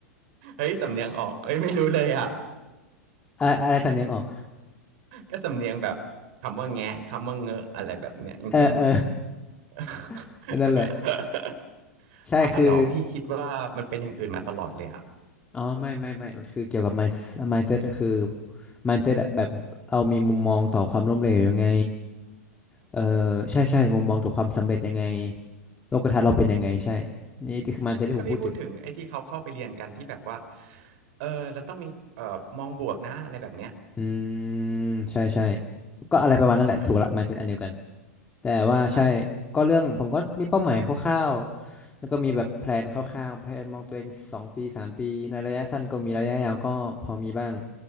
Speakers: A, on the right (about 55°); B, on the left (about 15°).
A: เฮ้ยสำเนียงออกเฮ้ยไม่รู้เลยอ่ะ
B: อะอะไรสำเนียงออก
A: ก็สำเนียงแบบคำว่าแงะคำว่าเงอะอะไรแบบเนี้ยอย่างเช่น
B: เออเออ
A: <laughs>
B: <laughs> นั่นแหละใช่คือ
A: อ้าวเหรอพี่คิดว่ามันเป็นอย่างอื่นมาตลอดเลยอะ
B: อ๋อไม่ไม่ไม่ มันคือเกี่ยวกับ mind mindset ก็คือ mindset อะแบบเรามีมุมมองต่อความล้มเหลวยังไงเออใช่ใช่มุมมองต่อความสำเร็จยังไงโลกทัศน์เราเป็นยังไงใช่ นี่คือ mindset ที่ผมพูดถึง
A: ถ้าพี่พูดถึงไอ้ที่เขาเข้าไปเรียนกันที่แบบว่าเออเราต้องมีเอ่อมองบวกนะอะไรแบบเนี้ย
B: อืมใช่ใช่ก็อะไรประมาณนั้นแหละถูกละ
A: เออ
B: mindset อันเดียวกันแต่ว่าใช่
A: ใช่
B: ก็เรื่องผมก็มีเป้าหมายคร่าวๆแล้วก็มีแบบแพลนคร่าวๆแพลนมองตัวเองสองปีสามปีในระยะสั้นก็มีระยะยาวก็พอมีบ้าง